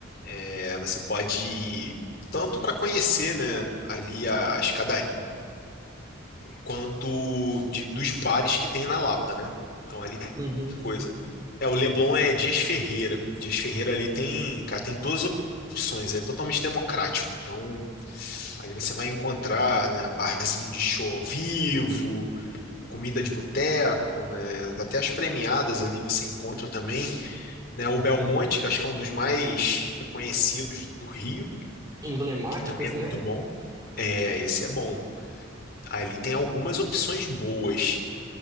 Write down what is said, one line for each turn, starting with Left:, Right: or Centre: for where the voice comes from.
Left: É, você pode ir tanto para conhecer, né, ali a escadaria quanto de- dos bares que tem na Lapa, né? Então ali tem
Right: Uhum.
Left: coisa. É, o Leblon é Dias Ferreira. Dias Ferreira ali tem, cara, tem todas as opções, é totalmente democrático. Então ali você vai encontrar, né, barzinho de show ao vivo, comida de boteco, né? Até as premiadas ali você encontra também, né? O Belmonte, que acho que é um dos mais conhecidos do Rio,
Right: Emblemáticos,
Left: que também é muito
Right: né?
Left: bom. É, esse é bom. Ali tem algumas opções boas.